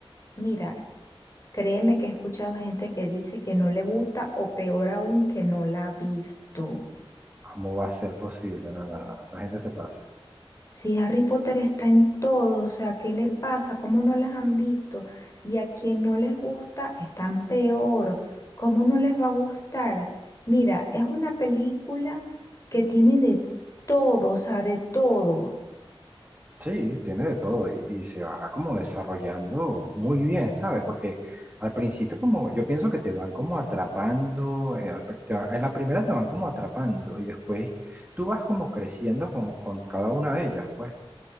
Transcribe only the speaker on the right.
¿Cómo va a ser posible? No, no, no, esa gente se pasa.
Sí, tiene de todo y, y se va como desarrollando muy bien, ¿sabes? Porque al principio como yo pienso que te van como atrapando, eh, al pri- te va- en la primera te van como atrapando y después tú vas como creciendo con, con cada una de ellas, pues.